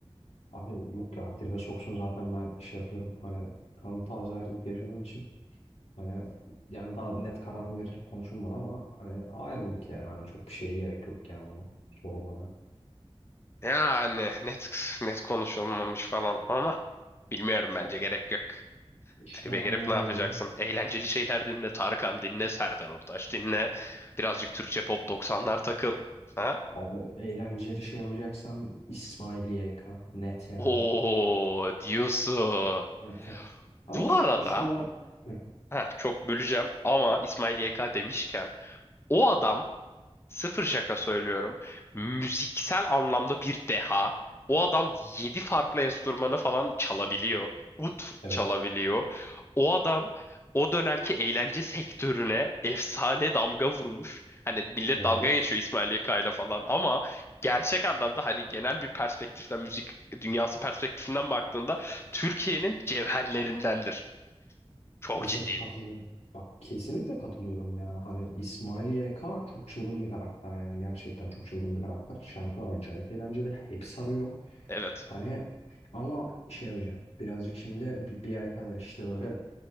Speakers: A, on the left; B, on the left.
A: abi yok ya tribe soksun zaten ben şey yapıyorum. Hani şu an taze ayrılık yaşadığım için. Hani yani daha net karar verilip konuşulmadı ama hani ayrılık yani. Hani çok bir şeye gerek yok yani bunu sorgulamaya.
B: Yani net net konuşulmamış falan ama bilmiyorum bence
A: Ya
B: gerek yok.
A: işte
B: Tribe
A: hani
B: girip
A: böyle
B: ne yapacaksın?
A: olur ya.
B: Eğlenceli şeyler dinle. Tarkan dinle. Serdar Ortaç dinle. Birazcık Türkçe pop 90'lar takıl. Ha?
A: Abi eğlenceli şey yapacaksam İsmail YK net yani.
B: Oo diyorsun.
A: Evet. Ama
B: Bu
A: şu
B: arada
A: sıralar Hı,
B: heh, çok böleceğim ama İsmail YK demişken o adam Sıfır şaka söylüyorum. Müziksel anlamda bir deha. O adam 7 farklı enstrümanı falan çalabiliyor. Ut
A: evet
B: çalabiliyor. O adam o dönemki eğlence sektörüne efsane damga vurmuş. Hani millet
A: evet
B: dalga geçiyor İsmail Yaka'yla falan ama gerçek anlamda hani genel bir perspektiften müzik dünyası perspektifinden baktığında Türkiye'nin cevherlerindendir. Çok
A: Kesinlikle
B: ciddiyim.
A: katılıyorum. bak kesinlikle katılıyorum yani hani İsmail YK çok çılgın bir karakter yani gerçekten çok çılgın bir karakter. Şarkılar acayip eğlenceli. Hep sarıyor.
B: Evet.
A: Hani ama şey yapacağım. Birazcık şimdi bir, bir ay kadar işte böyle